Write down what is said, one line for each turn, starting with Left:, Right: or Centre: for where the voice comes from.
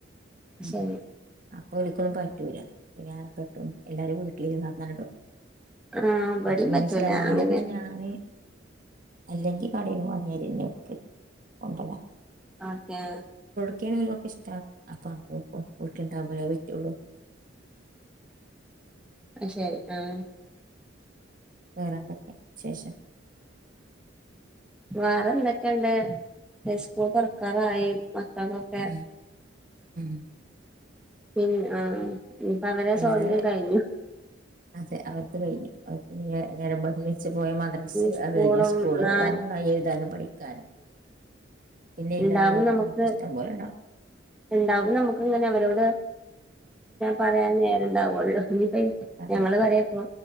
Right: ഉം
Centre: ശരി
Right: അപ്പൊ ഓൽക്കൊന്നും പറ്റൂല അപ്പം ഞാൻ എന്താട്ടും എല്ലാരിം വീട്ടിൽ <unintelligible>
Centre: ആഹ് ഇവടിം
Right: അപ്പൊ പിന്നെ
Centre: പറ്റൂല
Right: ചിലവാകല്
Centre: അങ്ങനെ
Right: പിന്നെ ഞാന് അല്ലെങ്കിൽ കടെന്ന് വാങ്ങ്യാതിരി <unintelligible>
Centre: ആക്കെ
Right: <unintelligible> ഇഷ്ടമാണ് അപ്പൊ <unintelligible> വീട്ടിണ്ടാവകുമ്പോലേ പറ്റുള്ളു
Centre: ആഹ് ശരി ആഹ്
Right: വേറെന്തൊക്കെ വിശേഷം
Centre: വേറെ എന്തൊക്കെയുണ്ട് ഹൈസ്കൂൾ തുറക്കാറായി പത്തകൊക്കെ
Right: ഉം ഉം
Centre: പിൻ ആഹ് ഇനിപ്പ അവരെ
Right: എല്ലാവേ
Centre: സ്വാതന്ത്ര്യം കഴിഞ്ഞു
Right: അതെ അവിടുത്തെ കഴിഞ്ഞു അ പിന്നെ നേരം പോ <unintelligible> ഛ പോയ മദ്രസ്
Centre: സ്കൂളും
Right: അത് കഴിഞ്ഞാ സ്കൂള്
Centre: ആ
Right: വന്നാഎഴുതാനും പഠിക്കാനും പിന്നെ എഴുതാനും
Centre: ഉണ്ടാവും
Right: വായിക്കാനും
Centre: നമുക്ക്
Right: ഒക്കെ ഇഷ്ടം പോലെ ഉണ്ടാവും
Centre: ഉണ്ടാവും നമക്ക് ഇങ്ങനെ അവരോട് പറയാൻ നേരം ഉണ്ടാവുള്ളു ഇനിപ്പോ
Right: അതെ
Centre: ഞങ്ങള് പറയേപ്പോ